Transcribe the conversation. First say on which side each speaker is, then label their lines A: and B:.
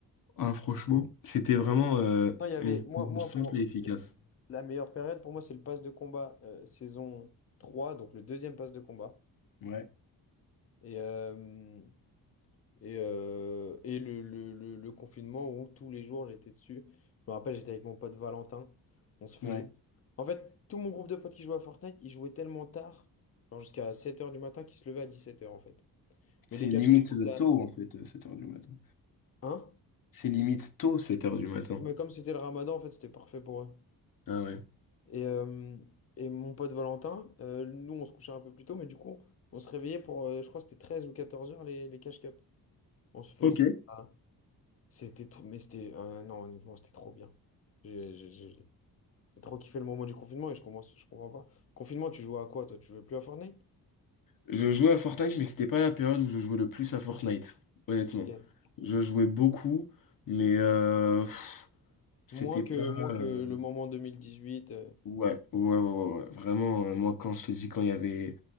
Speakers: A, on the left; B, on the left.
A: Ah, franchement, c'était vraiment euh,
B: Non, il y avait,
A: une
B: moi,
A: saison
B: moi
A: simple
B: pour
A: et efficace.
B: la meilleure période pour moi, c'est le pass de combat euh, saison 3 donc le deuxième pass de combat.
A: Ouais,
B: Et, euh, et, euh, et le, le, le, le confinement où tous les jours j'étais dessus. Je me rappelle, j'étais avec mon pote Valentin. On se faisait.
A: ouais.
B: En fait, tout mon groupe de potes qui jouait à Fortnite, ils jouaient tellement tard, genre jusqu'à sept heures du matin, qu'ils se levaient à dix-sept heures en fait.
A: C'est
B: Mais les cache-cache,
A: limite
B: c'était
A: euh,
B: à...
A: tôt, en fait, euh, 7 heures du matin.
B: Hein?
A: C'est limite tôt, sept heures du matin.
B: Mais comme c'était le ramadan, en fait, c'était parfait pour eux.
A: Ah ouais.
B: Et, euh, et mon pote Valentin, euh, nous, on se couchait un peu plus tôt, mais du coup, on se réveillait pour, euh, je crois que c'était 13 ou 14 heures, les, les cash cups. On se faisait
A: Ok.
B: ça. C'était trop, mais c'était, euh, non, honnêtement, c'était trop bien. J'ai j'ai- j'ai- j'ai trop kiffé le moment du confinement et je commence, je comprends pas. Confinement, tu jouais à quoi, toi? Tu jouais plus à Fortnite?
A: Je jouais à Fortnite, mais c'était pas la période où je jouais le plus à Fortnite, honnêtement.
B: Ok.
A: Je jouais beaucoup, mais euh, pff, C'était
B: Moins que,
A: pas.
B: moins
A: euh,
B: que le moment 2018. euh,
A: Ouais, ouais, ouais, ouais, ouais. ouais. Vraiment, euh, moi, quand je te dis, quand il y avait.